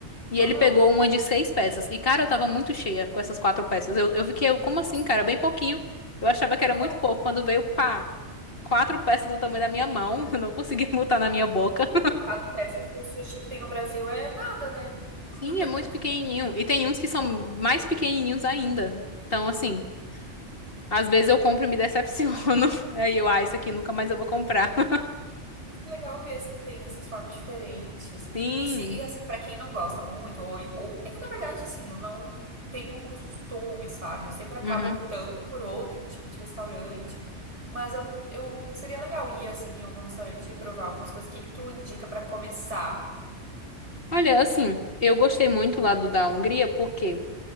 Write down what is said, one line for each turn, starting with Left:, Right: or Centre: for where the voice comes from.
Left: E
Right: aham,
Left: ele pegou uma de seis peças. E, cara, eu tava muito cheia com essas quatro peças. Eu, eu fiquei, eu, como assim,
Right: engraçado.
Left: cara? Bem pouquinho. Eu achava que era
Right: Aham.
Left: muito pouco. Quando veio, pá, quatro peças do tamanho da minha mão. <laughs> Eu não consegui <laughs> botar na minha boca.
Right: Sim, porque quatro peças do sushi que tem no Brasil é nada, né? <laughs>
Left: Sim,
Right: É
Left: é muito
Right: muito.
Left: pequenininho. E tem uns que são
Right: É,
Left: mais pequenininhos ainda. Então, assim. Às vezes eu compro e me decepciono. <laughs> Aí eu, ah, isso aqui
Right: sim.
Left: nunca mais eu vou comprar. <laughs>
Right: Mas Que legal ver, assim, que tem essas formas diferentes.
Left: Sim.
Right: E, se, e assim, pra quem não gosta muito, ou, ou... É que, na verdade, assim, eu não tenho costume, sabe? Eu sempre acabo
Left: Uhum.
Right: optando por outro tipo de restaurante. Mas eu, eu seria legal ir, assim, em algum restaurante e provar algumas coisas. O que que tu indica pra começar?
Left: Olha, assim, eu gostei muito lá do da Hungria, porque